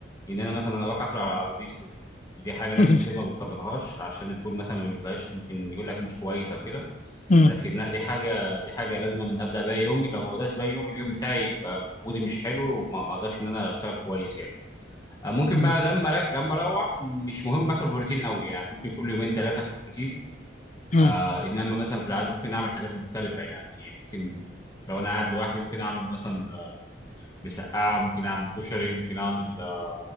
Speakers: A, on the left; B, on the left.
A: ان انا مثلا اروح اكل على عربيه فول ودي حاجه ناس
B: <laughs>
A: كتير ما بتفضلهاش عشان الفول مثلا ما بيبقاش ممكن يقول لك مش كويس او كده
B: امم
A: لكن لا دي حاجه دي حاجه لازم أن ابدا بيها يومي لو ما بداش بيها يومي اليوم بتاعي يبقى مودي مش حلو وما ما اقدرش ان انا اشتغل كويس يعني آه، ممكن
B: امم
A: بقى لما ر- لما اروح مش مهم اكل بروتين قوي يعني ممكن كل يومين ثلاثه اكل بروتين
B: امم
A: آه انما مثلا في العاده ممكن اعمل حاجات مختلفه يعني ممكن لو انا قاعد لوحدي ممكن اعمل مثلا آه، مسقعه ممكن اعمل كشري ممكن اعمل آه،